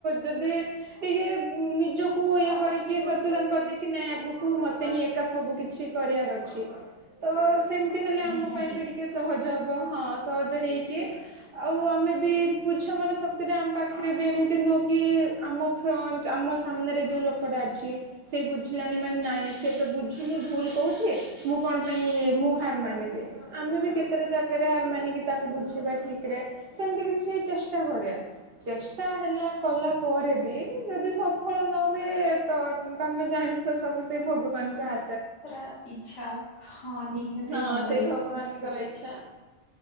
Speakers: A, on the right; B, on the left.
A: ଯଦି ଟିକେ ନିଜକୁ ଇଏ କରିକି ସଚେତନ କରିଦେକ କି ନାଇଁ ଆଗକୁ ମତେ ହିଁ ଏକା ସବୁ କିଛି କରିବାର ଅଛି ତ ସେମିତି ହେଲେ ଆମ
B: ନିହାତି
A: ପାଇଁ ବି ଟିକେ ସହଜ ହବ । ହଁ ସହଜ ହେଇକି ଆଉ ଆମେ ବି ବୁଝାମଣା ଶକ୍ତି ଟା ଆମ ପାଖରେ ବି ଏମିତି କି ଆମ ଫ୍ରଣ୍ଟ ଆମ ସାମ୍ନାରେ ଯୋଉ ଲୋକଟା ଅଛି ସେଇ ବୁଝିଲାନି ମାନେ ନାଇଁ ସେ ତ ବୁଝୁନି ଭୁଲ କହୁଛି ମୁଁ କଣ ପାଇଁ ମୁଁ ହାର ମାନିବି? ଆମେ ବି କେତେଟା ଜାଗାରେ ହାର ମାନ କିି ତାକୁ ବୁଝେଇବା ଠିକ ରେ ସେମିତି କିଛି ଚେଷ୍ଟା କରିବା ଚେଷ୍ଟା ହେଲା କଲା ପରେ ବି ଯଦି ସଫଳ ନହୁଏ ତ ତମେ ଜାଣିଥିବ ସବୁ ସେଇ ଭଗବାନଙ୍କ ହା
B: ପୁରା ଇଚ୍ଛା ହଁ ନିହାତି
A: ହଁ
B: ଭାବରେ
A: ସେଇ ଭଗବାନଙ୍କର ଇଚ୍ଛା ।